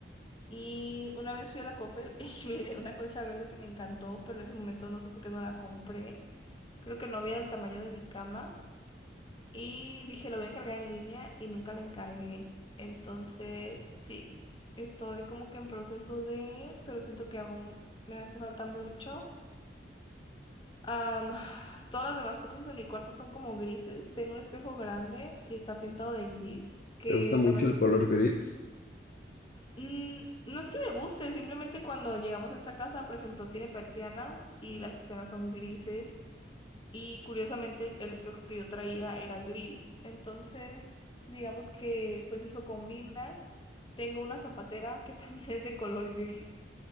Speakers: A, on the left; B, on the left.
A: Y una vez fui a la Coppel <laughs> y miré una colcha verde que me encantó, pero en ese momento no sé por qué no la compré. Creo que no había del tamaño de mi cama. Y dije, lo voy a encargar en línea y nunca la encargué. Entonces, sí, estoy como que en proceso de, pero siento que aún me hace falta mucho. Am, <sighs> todas las demás cosas en mi cuarto son como grises. Tengo un espejo grande y está pintado de gris, que
B: ¿Te gusta mucho
A: también...
B: el color gris?
A: mm, no es que me guste, simplemente cuando llegamos a esta casa, por ejemplo, tiene persianas y las persianas son grises. Y curiosamente el espejo que yo traía era gris. Entonces, digamos que pues eso combina. Tengo una zapatera que también <laughs> es de color gris.